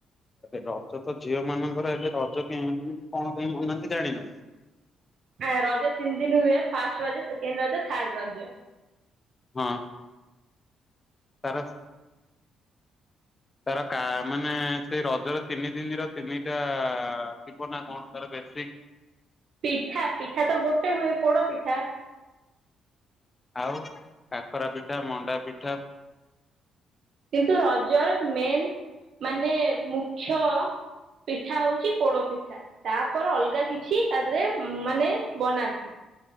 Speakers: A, on the left; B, on the right.
A: ରଜ ତ ଝିଅ ମାନଙ୍କର ହେଲେ ରଜ କେମିତି କଣ ପାଇଁ ମନାନ୍ତି ଜାଣିନ।
B: ଆ ରଜ ତିନି ଦିନ ହୁଏ first Raja second Raja third Raja.
A: ହଁ। ସାରସ। ତାର କା ମାନେ ସେଇ ରଜର ତିନି ଦିନର ତିନିଟା ଥିବ ନା କଣ ତାର ବେଶିକ୍।
B: ପିଠା ପିଠା ତ ଗୋଟେ ହୁଏ ପୋଡ ପିଠା।
A: ଆଉ କାକରା ପିଠା ମଣ୍ଡା ପିଠା।
B: କିନ୍ତୁ ରଜରେ ମେନ୍ ମାନେ ମୁଖ୍ୟ ପିଠା ହଉଛି ପୋଡ଼ ପିଠା। ତାପରେ ଅଲଗା କିଛି ତା ଦେହରେ ମାନେ ବନାନ୍ତି।